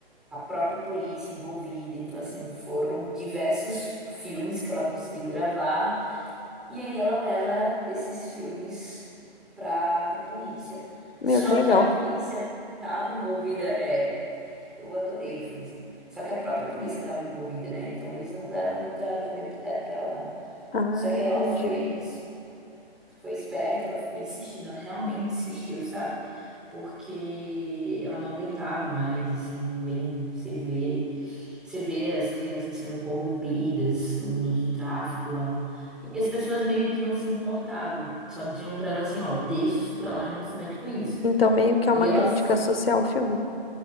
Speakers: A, in the centre; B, on the left.
A: a própria polícia envolvida. Então, assim, foram diversos filmes que ela conseguiu gravar e aí ela leva esses filmes pra, pra polícia. <laughs>
B: Meu,
A: Só
B: que legal.
A: que a polícia tava envolvida. É, muito, eu adorei o filme, assim. Só que a própria polícia tava envolvida, né? Então eles não deram muita credibilidade pra ela, não.
B: Ah,
A: Só que
B: entendi.
A: ela foi, es- foi esperta, ela ficou insistindo, ela realmente insistiu, sabe? Porque ela não aguentava mais, assim, é bem, você vê, você vê as crianças sendo corrompidas no mundo do tráfico lá. E as pessoas meio que não se importavam, só diziam pra ela assim, ó, deixa isso pra lá e não se mete com isso.
B: Então, meio que
A: E
B: é uma
A: ela
B: crítica
A: f-
B: social o filme.